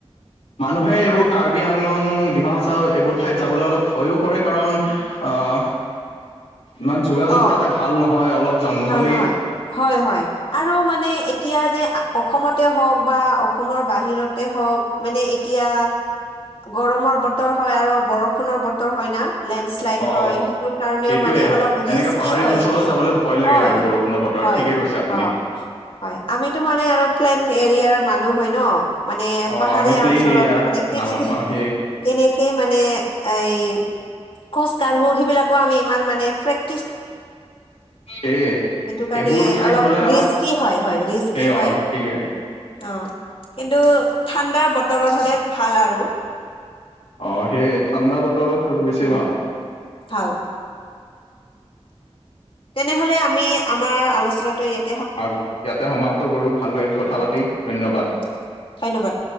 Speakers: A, on the left; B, on the left.
A: মানুহে এইবোৰ
B: হয়
A: কাৰ- বি আংলং, ডিমা হাচাও, এইবোৰ ঠাইত যাবলৈ অলপ ভয়ো কৰে কাৰণ আহ- ইমান যোগাযোগ
B: অ
A: তাতে ভাল নহয় অলপ- জংঘলী
B: ভাল নহয়, হয়- হয়। আৰু মানে এতিয়া যে অসমতে হওঁক বা অসমৰ বাহিৰতে হওঁক- মানে এতিয়া গৰমৰ বতৰ হয় আৰু বৰষুণৰ বতৰ হয় না। লেণ্ডশ্লাইড
A: অ
B: হয়, সেইটোৰ কাৰণেও
A: সেইটোয়ে
B: মানে অলপ
A: এনেকা
B: ৰিস্কি
A: পাহাৰী
B: হয়
A: অঞ্চলত
B: এতিয়া।
A: যাবলৈ ভয় লাগে
B: হয়,
A: আৰু বৰষুণৰ বতৰত
B: হয়,
A: ঠিকে কৈছে আপুনি
B: অঁ, হয়। আমিতো মানে আৰু প্লেন এৰিয়াৰ মানুহ হয়। ন? মানে
A: অ
B: পাহাৰীয়া
A: আমি প্লেইন
B: অঞ্চলত
A: এৰিয়া
B: মানে কেনেকে-
A: নাম অ সেই
B: কেনেকে মানে এই খোজ কাঢ়বো, সিবিলাকো আমি ইমান মানে প্ৰে-
A: সেয়ে।
B: সেইটো কাৰণে
A: এইবোৰ ঠাইত
B: অলপ
A: গ'লে
B: ৰিস্কি হয়, হয় ৰিস্কি
A: সেই
B: হয়।
A: অ ঠিকে
B: অঁ, কিন্তু ঠাণ্ডাৰ বতৰত হ'লে ভাল আৰু।
A: অঁ, সেয়ে ঠাণ্ডা বতৰত হ'লে বেছি
B: উম
A: ভাল।
B: ভাল। তেনেহ'লে আমি আমাৰ আলোচনাটো ইয়াত-
A: ভাল, ইয়াতে সমাপ্ত কৰো, ভাল লাগিল কথা
B: অ
A: পাতি, ধন্যবাদ।
B: অ ধন্যবাদ।